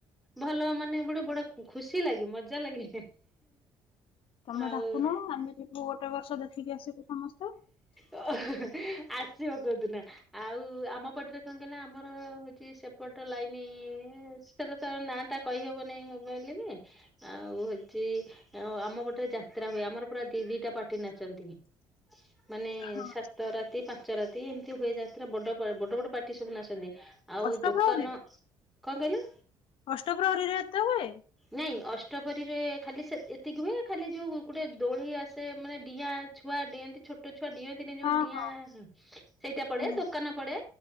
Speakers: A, in the centre; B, on the left (about 60°).
A: ଭଲ ମାନେ ବଡ- ବଡ ଖୁସି ଲାଗେ ମଜ୍ଜା ଲାଗେ।
B: ତମେ
A: ଆଉ
B: ଡାକୁନ ଆମେ ଯିବୁ ଗୋଟେ ବର୍ଷ ଦେଖିକି ଆସିବୁ ସମସ୍ତେ।
A: ଓହୋଃ ଆସିବ କୋଉଦିିନ। ଆଉ ଆମ ପଟରେ କଣ କହିଲ ଆମର ହଉଛି ସେପଟ ଲାଇନ ସେଟା ତ ନାଁ ଟା କହି ହେବନାହିଁ ମୋବାଇଲରେ ଆଉ ହଉଛି ଆଉ ଆମ ପଟେ ଯାତ୍ରା ହୁଏ, ଆମର ପୁରା ଦି ଦିଇଟା ପାର୍ଟି ନାଚନ୍ତି। ମାନେ
B: ହଁ
A: ସାତ ରାତି ପାଞ୍ଚ ରାତି ଏମିତି ହୁଏ ଯାତ୍ରା ବଡ ବଡବଡ ପାର୍ଟି ସବୁ ନାଚନ୍ତି। ଆଉ
B: ଅଷ୍ଟପ୍ରହରୀରେ
A: ଦୋକାନ, କଣ କହିଲ?
B: ଅଷ୍ଟପ୍ରହରୀରେ ଏତେ ହୁଏ?
A: ନାଇଁ ଅଷ୍ଟପରୀରେ ଖାଲି ଏତିକି ହୁଏ ଖାଲି ଯୋଉ ଗୋଟେ ଦୋଳି ଆସେ ମାନେ ଡିଆଁ ଛୁଆ ଡିଅନ୍ତି ଛୋଟ ଛୁଆ ଡିଅନ୍ତିନି ଯୋଉ
B: ହଁ
A: ଡିଆଁ
B: ହଁ
A: ସେଇଟା ପଡେ,
B: ହୁଁ।
A: ଦୋକାନ ପଡେ